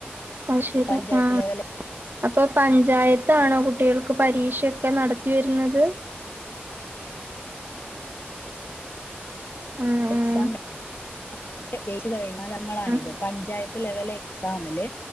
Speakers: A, on the right (about 60°); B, on the left (about 65°).
A: അത് ശരി
B: പഞ്ചായത്ത്
A: ആഹ്
B: ലെവൽ
A: അപ്പൊ പഞ്ചായത്താണോ കുട്ടികൾക്ക് പരീക്ഷയൊക്കെ നടത്തി വരുന്നത്? ആഹ്
B: എക്സാം <unintelligible> <unintelligible> <unintelligible>
A: ആഹ്
B: പഞ്ചായ <unintelligible> ലെവല് എക്സാമില്